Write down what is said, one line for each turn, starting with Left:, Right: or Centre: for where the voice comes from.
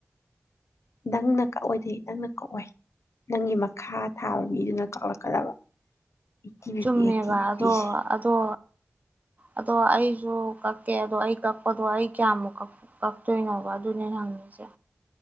Left: ꯅꯪꯅ ꯀꯛꯑꯣꯏꯗꯤ ꯅꯪꯅ ꯀꯛꯑꯣꯏ ꯅꯪꯒꯤ ꯃꯈꯥ ꯊꯥꯕ ꯃꯤꯗꯨꯅ ꯀꯛꯂꯛꯀꯗꯕ ꯑꯩꯠꯇꯤ ꯕꯤꯄꯤ
Right: ꯆꯨꯝꯃꯦꯕ
Left: ꯑꯩꯠꯇꯤ ꯕꯤꯄꯤꯁꯦ
Right: ꯑꯗꯣ ꯑꯗꯣ ꯑꯗꯣ ꯑꯩꯁꯨ ꯀꯛꯀꯦ ꯑꯗꯣ ꯑꯩ ꯀꯛꯄꯗꯣ ꯑꯩ ꯀꯌꯥꯃꯨꯛ ꯀꯛꯇꯣꯏꯅꯣꯕ ꯑꯗꯨꯅꯦ ꯍꯪꯏꯁꯦ